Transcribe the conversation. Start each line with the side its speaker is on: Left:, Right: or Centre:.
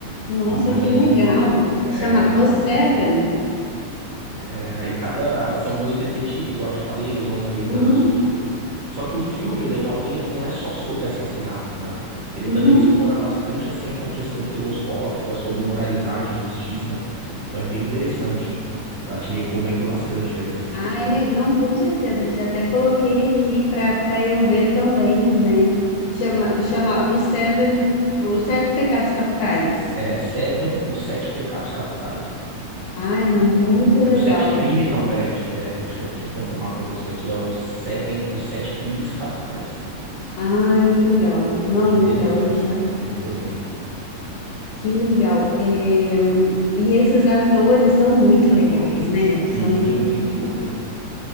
Left: Nossa,
Right: Então,
Left: que legal.
Right: é
Left: Chama
Right: bem interessante.
Left: O Seven.
Right: É, aí cada. São dois detetives, igual eu te falei, eles vão desvendando
Left: Uhum,
Right: as pistas. Só que o filme, o legal dele é que não é só sobre assassinato, né? Ele
Left: uhum.
Right: também explora bastante, assim, aquela questão filosófica sobre moralidade, justiça. Então é bem interessante, tá? Te recomendo bastante aí assistir
Left: Ah,
Right: esse filme.
Left: ele, não, com certeza. Já até coloquei aqui para para eu ver também, né? Chama, chama O Seven, Os Sete Pecados Capitais.
Right: É Seven, Os Sete Pecados Capitais.
Left: Ai, não,
Right: É bem.
Left: muito
Right: É
Left: legal.
Right: os sete crimes. Não, peraí. te- É, deixa eu, deixa eu confirmar pra você aqui. É o Seven, Os Sete Crimes Capitais.
Left: Ai, legal. Não,
Right: Bem
Left: legal,
Right: interessante.
Left: eu já.
Right: Te recomendo.
Left: Que legal. É,
Right: tá?
Left: E esses atores são muito legais, né?
Right: Sim,
Left: São.
Right: sem dúvida.